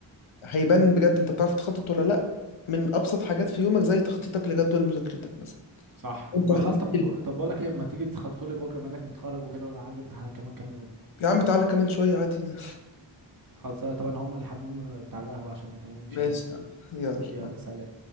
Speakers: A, on the left (about 80°); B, on the right (about 45°).
A: هيبان بجد انت بتعرف تخطط ولا لا من ابسط حاجات في يومك زي تخطيطك لجدول مذاكرتك مثلا
B: صح
A: انت
B: ما
A: ليك
B: خلاص طب
A: في ال-
B: طب بقول لك ايه ما تيجي تخططوا لي بكره منك متخرج وكده وانا عندي امتحانات كمان كام يوم
A: يا عم تعالى كمان شويه عادي <laughs>
B: خلص طبعا هقوم الحمام بتاع القهوة عشان إيه مش
A: ماشي
B: قادر
A: يا عم يلا
B: يلا
A: مع
B: سلام